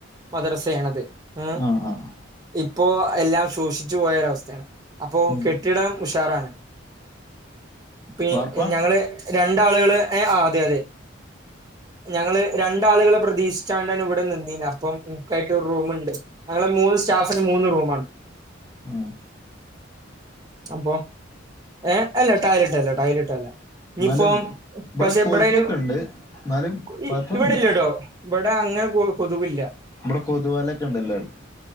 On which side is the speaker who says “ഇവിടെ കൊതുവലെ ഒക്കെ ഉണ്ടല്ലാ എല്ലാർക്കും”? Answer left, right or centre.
Left